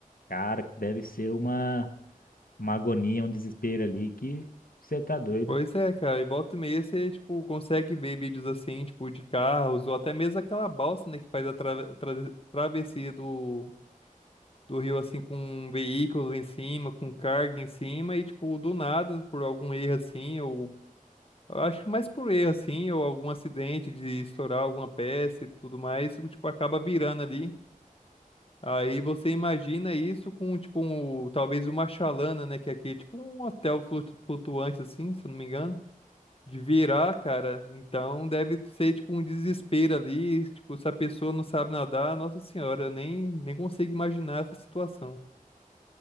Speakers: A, on the left (about 85°); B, on the left (about 40°).
A: Cara, deve ser uma, uma agonia, um desespero ali que você tá doido.
B: Pois é, cara, e volta e meia você, tipo, consegue ver vídeos assim, tipo, de carros, ou até mesmo aquela balsa, né, que faz a trave- tra- travessia do do rio assim com veículos em cima, com carga em cima e tipo do nada por algum erro assim ou eu acho que mais por erro assim ou algum acidente de estourar alguma peça e tudo mais, o tipo acaba virando ali. Aí você imagina isso com tipo um- talvez uma chalana, né, que aqui é tipo um hotel flutu- flutuante assim, se eu não me engano. De virar, cara, então deve ser tipo um desespero ali. Tipo, se a pessoa não sabe nadar, nossa senhora, eu nem, nem consigo imaginar essa situação.